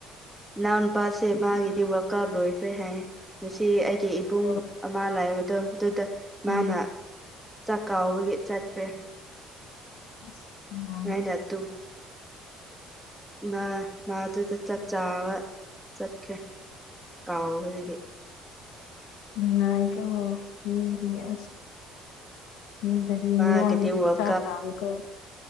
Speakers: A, in the centre; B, on the left.
A: ꯏꯅꯥꯎ ꯅꯨꯄꯥꯁꯦ ꯃꯥꯒꯤꯗꯤ ꯋꯔꯀꯞ ꯂꯣꯏꯈ꯭ꯔꯦ ꯍꯥꯏ ꯉꯁꯤ ꯑꯩꯒꯤ ꯄꯨꯡ
B: ꯍꯣꯏ
A: ꯑꯃ ꯂꯥꯛꯕꯗꯣ ꯑꯗꯨꯗ ꯃꯥꯅ
B: ꯎꯝ
A: ꯆꯥꯛꯀꯥꯎꯕꯒꯤ ꯆꯠꯈ꯭ꯔꯦ
B: ꯏꯁꯁ <inaudible>
A: ꯃꯅ ꯇꯨ ꯃꯥ ꯃꯥꯗꯨꯗ ꯆꯥꯛ ꯆꯥꯕ ꯆꯠꯈꯦ ꯀꯥꯎꯕꯗꯒꯤ
B: ꯅꯨꯡꯉꯥꯏꯀꯣ ꯍꯗꯤꯑꯁ ꯃꯤꯗꯗꯤ
A: ꯃꯥꯒꯤꯗꯤ
B: ꯅꯉꯣꯟꯅꯗꯤ
A: ꯋꯥꯔꯜ
B: ꯆꯥꯛ ꯊꯀꯣ